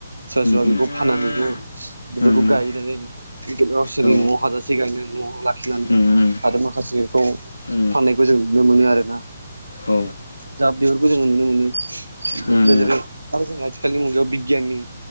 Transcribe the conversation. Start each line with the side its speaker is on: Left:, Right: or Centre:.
Right: सोरबा
Left: उम
Right: सो‌रबा बेखौ
Left: उम
Right: फाननानैखौ बिफोरखौ
Left: उम
Right: गायनानै गावसोरनि
Left: औ
Right: न'आव हाजासे गायनो न'आव लाखिनानै
Left: उम
Right: आरो माखासेखौ
Left: उम
Right: फाननायखौ जों नुनो मोनो आरोना।
Left: औ
Right: दा बेफोरखौ जोङो नुनो मोनो।
Left: उम
Right: दा जेरै आरो जों आथिखालनि मुगायाव बिगियाननि